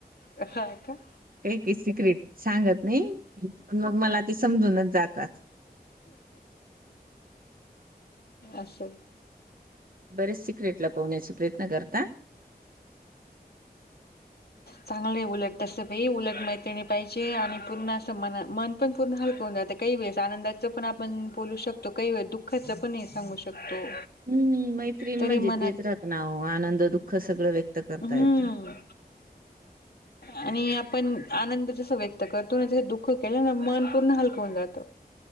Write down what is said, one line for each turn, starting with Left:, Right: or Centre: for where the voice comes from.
Left: ह का!
Right: काही काही सिक्रेट सांगत नाही पण मग मला ते समजूनच जातात.
Left: असं.
Right: बरेच सिक्रेट लपहण्याचा प्रयत्न करता?
Left: चांगलं उलट तस भी उलट मैत्रिणी पाहिजे आणि पूर्ण असं म- मन पण हलक जातं. काही वेळेस आनंदाच पण आपण बोलू शकतो, काही वेळेस दुःखाचं पण सांगू शकतो.
Right: हम्म मैत्रीण
Left: तरी
Right: म्हणजे
Left: म्हणाल
Right: तेच राहत ना ओ, आनंद दुःख सगळं व्यक्त करता
Left: हम्म
Right: येत.
Left: आणि आपण आनंद तस व्यक्त करतो ना, तसं दुःख केलं ना मन पूर्ण हलकं होउन जातं.